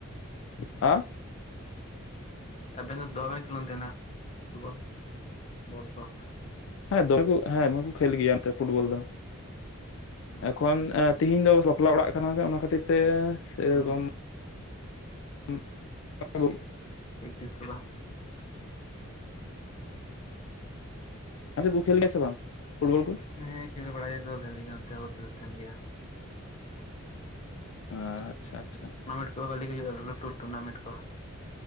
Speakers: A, on the left; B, on the left.
A: ᱟᱸ
B: ᱮᱵᱮᱱ ᱫᱚ ᱫᱚᱢᱮᱭ ᱠᱷᱮᱞ ᱚᱱ ᱛᱟᱦᱮᱸᱱᱟ ᱯᱷᱩᱴᱵᱚᱞ ᱵᱚᱞ ᱠᱚ ᱾
A: ᱦᱮᱸ ᱫᱚᱢᱮ ᱠᱚ ᱦᱮᱸ ᱫᱚᱢᱮ ᱠᱚ ᱠᱷᱮᱞ ᱜᱮᱭᱟ ᱱᱚᱛᱮ ᱯᱷᱩᱴᱵᱚᱞ, ᱫᱚ
B: ᱦᱩᱸ
A: ᱮᱠᱷᱚᱱ ᱮ ᱛᱮᱤᱦᱤᱧ ᱫᱚ ᱵᱟᱯᱞᱟ ᱚᱲᱟᱜ ᱠᱟᱱᱟ ᱥᱮ ᱚᱱᱟ ᱠᱷᱟᱹᱛᱤᱨ ᱛᱮ ᱥᱮᱨᱚᱠᱚᱢ
B: ᱦᱩᱸ
A: <inaudible>
B: ᱯᱮᱠᱴᱤᱥ ᱠᱚᱫᱚ ᱾
A: ᱟᱪᱪᱷᱟ ᱠᱚ ᱠᱷᱮᱞ ᱜᱮᱭᱟ ᱥᱮ ᱵᱟᱝ ᱯᱷᱩᱴᱵᱚᱞ ᱠᱚ?
B: ᱦᱮᱸ ᱠᱷᱮᱞ ᱵᱟᱲ ᱭᱟᱠᱚ ᱵᱷᱟᱹᱞᱤ ᱜᱮᱭᱟ, ᱱᱛᱮ ᱦᱚᱸ ᱠᱷᱮᱞ ᱛᱟᱦᱮᱱ ᱜᱮᱭᱟ᱾
A: ᱟᱪᱪᱷᱟ - ᱟᱪᱪᱷᱟ
B: ᱴᱩᱱᱟᱢᱮᱴ ᱫᱚ ᱵᱷᱟᱞᱮ ᱜᱮ ᱦᱩᱭᱩᱜ-ᱟ᱾ ᱞᱩᱴᱩᱴ ᱴᱩᱱᱟ ᱢᱮᱴ ᱠᱚ